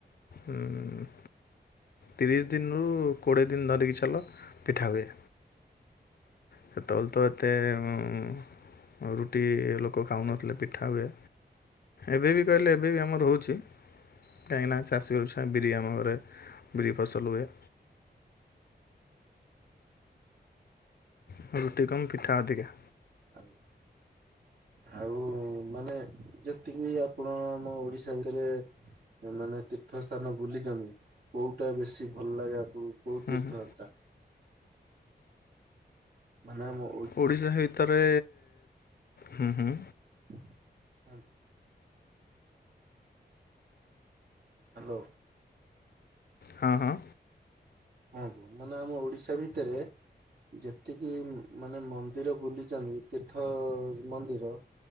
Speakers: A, on the left (about 60°); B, on the right (about 60°).
A: ଉଁ ତିରିଶ ଦିନରୁ କୋଡ଼ିଏ ଦିନ ଧରିକି ଚାଲ ପିଠା ହୁଏ। ସେତବେଳେ ତ ଏତେ ଉଁ ଆଉ ରୁଟି ଲୋକ ଖାଉନଥିଲେ ପିଠା ହୁଏ। ଏବେ ବି କହିଲେ ଏବେ ବି ଆମର ରହୁଚି କାହିଁକିନା ଚାଷୀ ଘର ଛୁଆ ବିରି ଆମ ଘରେ ବିରି ଫସଲ ହୁଏ। ଆଉ ରୁଟି କମ ପିଠା ଅଧିକା।
B: ଆଉ ଆଉ ମାନେ ଯେତିକି ଆପଣ ଆମ ଓଡିଶା ଭିତରେ ମାନେ ତୀର୍ଥ ସ୍ଥାନ ବୁଲିଚନ୍ତି କୋଉଟା ବେଶୀ ଭଲ ଲାଗେ ଆପଣଙ୍କୁ କୋଉ
A: ହୁଁ
B: ତୀର୍ଥଟା।
A: ହୁଁ
B: ମାନେ ମୁଁ
A: ଓଡ଼ିଶା ଭିତରେ ହୁଁ ହୁଁ।
B: <unintelligible> ହାଲୋ।
A: ହଁ ହଁ।
B: କୁହନ୍ତୁ ମାନେ ଆମ ଓଡିଶା ଭିତରେ ଯେତିକି ଏଇ ମାନେ ମନ୍ଦିର ବୁଲିଚନ୍ତି ତୀର୍ଥ ମନ୍ଦିର